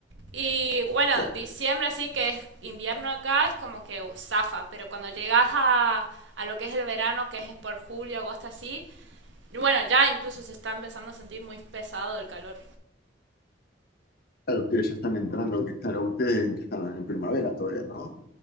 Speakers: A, on the right; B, on the left.
A: Y bueno,
B: Claro,
A: diciembre así que es invierno acá, es como que zafa, pero cuando llegas a, a lo que es el verano, que es por julio, agosto así, y bueno, ya incluso se está empezando a sentir muy pesado el calor.
B: ustedes ya están entrando, que están, ustedes en que están en primavera todavía, ¿no?